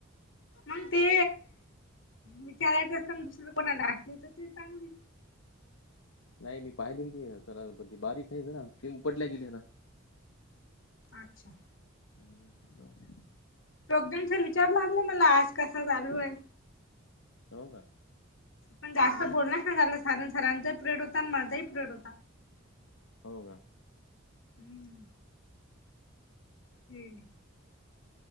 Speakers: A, on the left; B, on the left.
A: मंग ते विचारायच असणं दुसरं कोणाला असल तर ते चांगली
B: नाई मी पाहिले ना ती जरा बारीक आहे जरा पिंपटल्या गेली ना.
A: अच्छा.
B: हम्म जावू द्या.
A: प्रोग्राम सर विचारू लागले मला, आज कसा चालू हाय?
B: हो का.
A: पण जास्त
B: मग
A: बोलणच नाय झालं, सारण सरांचाही प्रेड होता आणि माझाही प्रेड होता.
B: हो मॅम.
A: हम्म. हम्म.